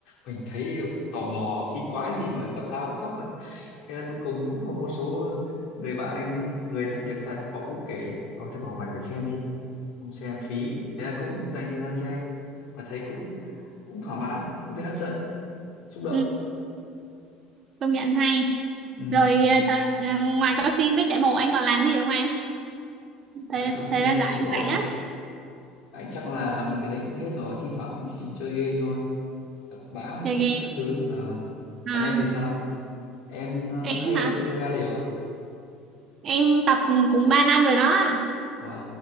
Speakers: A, on the left; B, on the right.
A: mình thấy tò mò phi quái gì mà tập nào cũng khóc được thế là cuối cùng cũng có một số người bạn anh ấy, người thật việc thật họ cũng kể ôi thế bảo mày phải xem đi không xem phí thế là cũng dành thời gian xem mà thấy cũng cũng thỏa mãn cũng thấy hấp dẫn xúc động
B: ừ. công nhận hay
A: ừ.
B: rồi ờ, thời- ờ, ngoài coi phim với chạy bộ anh còn làm gì không anh thời
A: ngoại coi phim
B: thời gian
A: với
B: rảnh
A: trẻ bộ
B: rảnh á
A: Ấy, chắc là làm được cái đấy cũng hết rồi thi thoảng chỉ chơi game thôi đọc báo đọc
B: chơi
A: viết
B: game
A: các thứ Ờ,
B: à,
A: còn em thì sao em
B: em
A: cũng hay
B: hả
A: tập yoga đều à
B: em tập cũng 3 năm rồi đó
A: wow